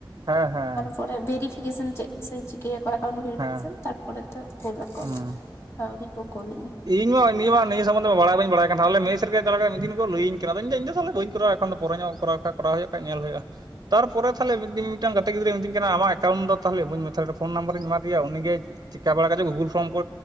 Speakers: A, on the right; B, on the left.
A: ᱦᱮᱸ ᱦᱮᱸ ᱾
B: ᱯᱚᱨᱮ ᱵᱷᱮᱨᱤᱯᱷᱤᱠᱮᱥᱚᱱ ᱪᱮᱫ ᱥᱮ ᱪᱤᱠᱟᱹᱭᱟᱠᱚ ᱮᱠᱟᱣᱩᱱᱴ ᱵᱷᱮᱨᱤᱯᱷᱤᱠᱮᱥᱚᱱ
A: ᱦᱮᱸ
B: ᱛᱟᱯᱚᱨᱮ ᱛᱚ ᱼᱼ ᱠᱳᱞ ᱟᱠᱚ
A: ᱦᱩᱸ
B: ᱟᱹᱣᱨᱤ ᱠᱚ ᱠᱳᱞ ᱟᱧᱟᱹ ᱾
A: ᱤᱧ ᱢᱟ ᱱᱤᱭᱟᱹ ᱢᱟ ᱱᱤᱭᱟᱹ ᱥᱚᱢᱚᱱᱫᱷᱚ ᱵᱟᱲᱟᱭ ᱵᱟᱹᱧ ᱵᱟᱲᱟᱭ ᱠᱟᱱ ᱛᱟᱦᱮ ᱟᱞᱮ ᱢᱮᱥ ᱨᱮᱜᱮ ᱚᱠᱟ ᱞᱮᱠᱟ ᱢᱤᱫ ᱫᱤᱱ ᱠᱚ ᱞᱟᱹᱭᱟᱹᱧᱟ ᱠᱟᱱᱟ ᱤᱧ ᱫᱚ ᱤᱧ ᱫᱚ ᱛᱟᱞᱦᱮ ᱵᱟᱹᱧ ᱠᱚᱨᱟᱣᱟ ᱮᱠᱟᱣᱩᱴ ᱯᱚᱨᱮ ᱧᱚᱜ ᱼᱼ ᱠᱚᱨᱟᱣ ᱠᱷᱟᱡ ᱠᱚᱨᱟᱣ ᱦᱩᱭᱩᱜ-ᱟ ᱠᱷᱟᱡ ᱧᱮᱞ ᱦᱩᱭᱩᱜᱼᱟ ᱾ ᱛᱟᱨᱯᱚᱨᱮ ᱛᱟᱦᱞᱮ ᱢᱤᱫᱤᱱ ᱢᱤᱫᱴᱟᱝ ᱜᱟᱛᱮ ᱜᱤᱫᱽᱨᱟᱹᱭ ᱢᱤᱛᱟᱹᱧ ᱠᱟᱱᱟ ᱟᱢᱟᱜ ᱮᱠᱟᱩᱱᱴ ᱫᱚ ᱛᱟᱦᱞᱮ ᱤᱢᱟᱹᱧ ᱢᱮ ᱛᱟᱦᱞᱮ ᱯᱷᱳᱱ ᱱᱟᱢᱵᱟᱨᱤᱧ ᱮᱢᱟᱫᱮᱭᱟ ᱩᱱᱤᱜᱮ ᱼᱼ ᱪᱤᱠᱟ ᱵᱟᱲᱟ ᱠᱟᱜᱪᱚ ᱜᱩᱜᱩᱞ ᱯᱷᱚᱨᱚᱢ ᱠᱚ